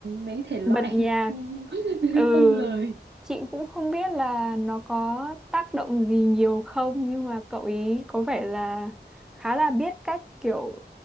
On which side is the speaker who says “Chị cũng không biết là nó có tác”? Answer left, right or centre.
Centre